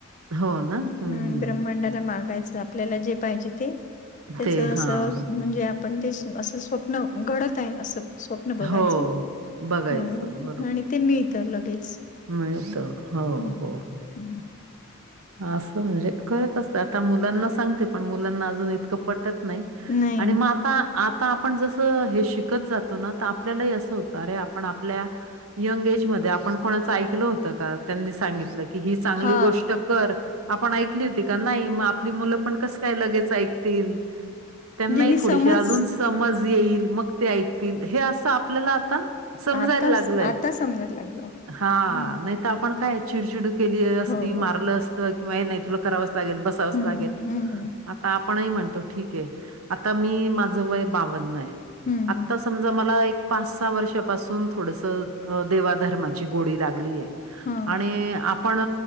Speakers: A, on the right; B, on the left.
A: हो ना? हं.
B: हम् ब्रह्मांडाला मागायच आपल्याला जे पाहिजे ते त्याचे
A: ते
B: असं
A: हां, हां.
B: म्हणजे आपण ते असं स्व न घडत आहे असं स्वप्न बघायचं
A: हो. हो. बघायचं
B: आणि ते मिळ तर लगेच
A: मिळत हो
B: हम्म
A: हो हो
B: हम्म.
A: असं म्हणजे करत असतं आता मुलांना सांगते पण मुलांना अजून इतकं पटत नाही.
B: नाही
A: आणि मग आता आता आपण जसं हे शिकत जातो ना तर आपल्यालाही असं होतं अरे आपण आपल्या यंग एज मध्ये आपण कोणाचं ऐकलं होत का त्यांनी सांगितलं की ही चांगली
B: हा
A: गोष्ट. कर आपण ऐकली होती का नाही मग आपली मुलं पण कसं काय लगेच ऐकतील.
B: म्हणजे
A: त्यांनाही
B: ही समज
A: थोडीशी अजून समज येईल मग ते ऐकतील हे असं आपल्याला आता समजायला
B: आता
A: लागलय
B: आता समजायला लागलं.
A: हा
B: हम्म.
A: नाही आपण काय चिडचिड केली असती
B: हो हो
A: मारलं असतं किंवा नाही तुला करावच लागेल बसावच
B: हम्म
A: लागेल.
B: हम्म हम्म
A: आता आपणही म्हणतो ठीक आहे आता मी माझं वय बावन्न आहे.
B: हम्म
A: आता
B: हम्म हम्म
A: समजा मला एक पाच सहा वर्षापासून थोडस देवाधर्माची गोडी लागलीय.
B: हा.
A: आणि आपण